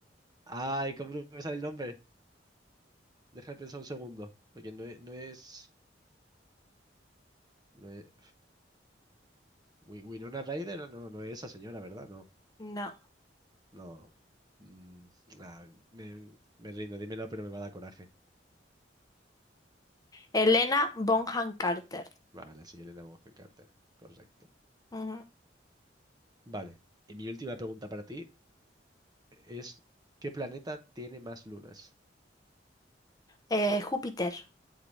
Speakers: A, on the right; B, on the left.
A: Ay, ¿cómo no me sale el nombre? Deja de pensar un segundo. Porque no es, no es. no es- Wi- Winona Ryder, no, no es esa señora, ¿verdad? No,
B: No.
A: no. Mm, ah, me, me rindo, dímelo, pero me va a dar coraje.
B: Helena Bonham Carter.
A: Vale, sí, Elena Bonham Carter. Correcto.
B: Ujú.
A: Vale. Y mi última pregunta para ti es: ¿qué planeta tiene más lunas?
B: Eh, Júpiter.